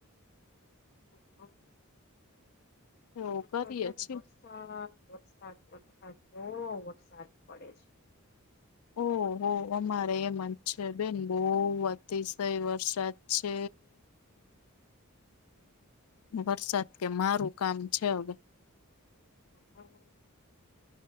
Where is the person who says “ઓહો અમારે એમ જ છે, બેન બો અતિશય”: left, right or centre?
Left